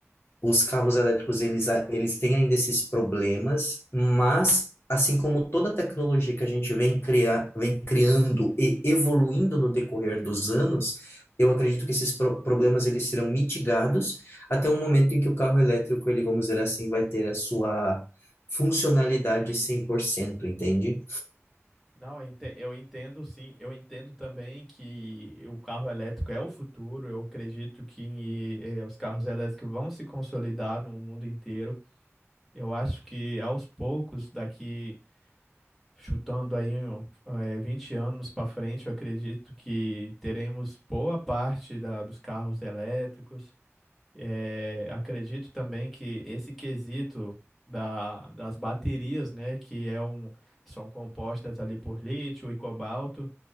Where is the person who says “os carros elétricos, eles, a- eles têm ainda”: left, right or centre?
Left